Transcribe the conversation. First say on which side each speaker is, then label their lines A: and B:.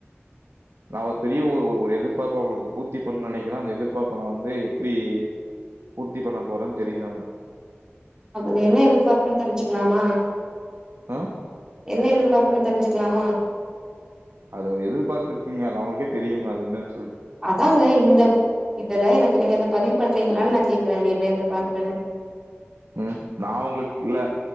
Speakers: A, on the right; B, on the right.
A: நா ஒரு பெரிய ஒ ஒரு எதிர்பார்ப்ப உங்களுக்கு பூர்த்தி பண்ணனு நெனைக்கறே அந்த எதிர்பார்ப்ப நாவந்து எப்புடி பூர்த்தி பண்ண போறேன்னு தெரில ஆனா
B: அப்படி என்ன எதிர்பார்ப்புன்னு தெரிஞ்சுக்கலாமா
A: ஆ
B: என்ன எதிர்பார் ன்னு தெரிஞ்சுக்கலாமா
A: அது ஒரு எதிர்பார்ப்பு இருக்குங்க அது அவங்களுக்கே தெரியுங்க அது என்னன்னு சொ
B: அதாங்க இந்த இதெல்லா எனக்கு நீங்க பதிவு பண்றீங்களான்னு நா கேக்கறே அது என்ன எதிர்பார்ப்புன்னு
A: உம் நா உங்களுக்கு இல்ல